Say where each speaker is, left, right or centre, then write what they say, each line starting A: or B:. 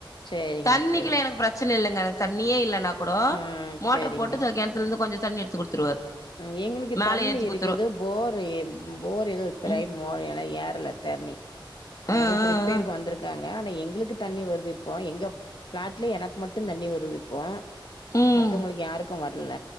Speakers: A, on the left; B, on the left.
A: சரிங்க,
B: தண்ணிக்கில்ல
A: சரிங்க.
B: எனக்கு பிரச்சன இல்லங்க எனக்கு தண்ணியே இல்லன்னா கூடோ
A: ம்.
B: மோட்டர்
A: சரிங்க.
B: போட்டு கெணத்துல இருந்து கொஞ்சோ தண்ணி எடுத்து குடுத்துருவாரு
A: ம் எங்களுக்கு
B: மேல
A: தண்ணி
B: ஏத்தி
A: இருக்குது
B: குடுத்துரு
A: போரு போர் எதோ ரிப்பேர்
B: ம்
A: ஆயி மோ ஏறல தண்ணி அதனால
B: ஆ
A: இப்ப
B: ஆ
A: ரிப்பேருக்கு
B: ஆ
A: வந்திருக்காங்க ஆனா எங்களுக்கு தண்ணி வருது இப்போ எங்க பிளாட்லய எனக்கு மட்டு தண்ணி வருது இப்ப
B: ம்
A: மத்தவங்களுக்கு யாருக்கு வரல